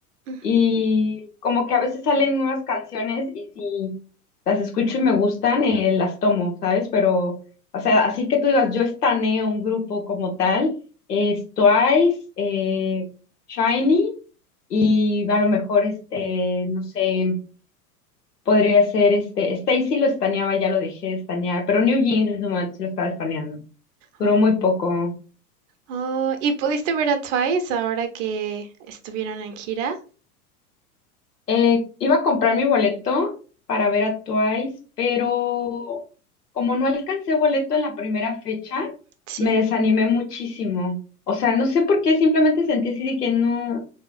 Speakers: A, on the right (about 55°); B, on the left (about 85°).
A: ujú.
B: y como que a veces salen nuevas canciones y si las escucho y me gustan, eh, las tomo, ¿sabes? Pero, o sea, así que tú digas, yo estaneo un grupo como tal, es Twice, eh, Shiny y a lo mejor, este, no sé, podría ser, este, Stacy lo estaneaba, ya lo dejé de estanear, pero New Jeans en su momento sí lo estaba estaneando, duró
A: Oh,
B: muy poco.
A: oh, ¿y pudiste ver a Twice ahora que estuvieron en gira?
B: Eh, iba a comprar mi boleto para ver a Twice, pero como no alcancé boleto en la primera fecha,
A: Sí,
B: me desanimé muchísimo. O sea, no sé por qué, simplemente sentí así de que no,